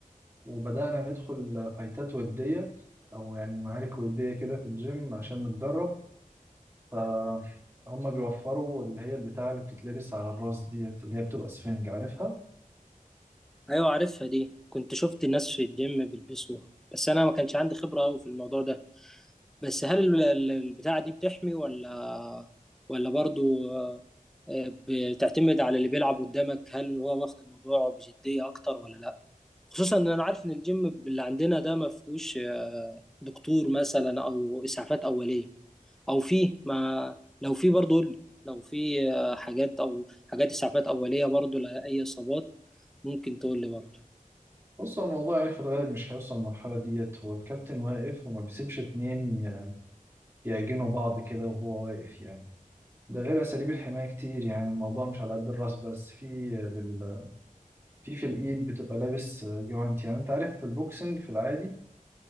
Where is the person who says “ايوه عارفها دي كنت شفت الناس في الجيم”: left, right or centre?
Centre